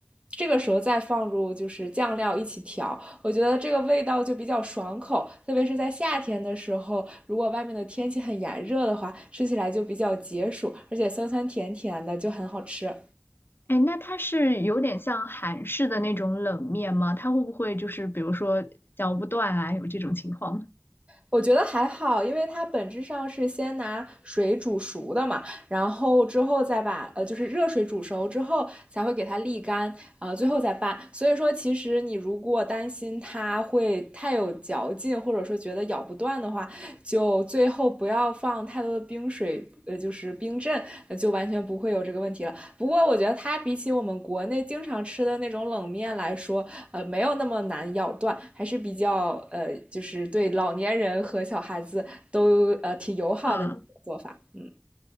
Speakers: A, on the right; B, on the left.
A: 这个时候再放入就是酱料一起调，我觉得这个味道就比较爽口，特别是在夏天的时候，如果外面的天气很炎热的话，吃起来就比较解暑，而且酸酸甜甜的就很好吃。
B: 哎，那它是有点像韩式的那种冷面吗？它会不会就是比如说嚼不断啊，有这种情况？
A: 我觉得还好，因为它本质上是先拿水煮熟的嘛，然后之后再把呃就是热水煮熟之后才会给它沥干啊、呃最后再拌。所以说，其实你如果担心它会太有嚼劲，或者说觉得咬不断的话，就最后不要放太多的冰水，呃，就是冰镇，呃就完全不会有这个问题了。不过我觉得它比起我们国内经常吃的那种冷面来说，呃，没有那么难咬断，还是比较呃，就是对老年人和小孩子都呃挺友好的做法。
B: 嗯。
A: 嗯，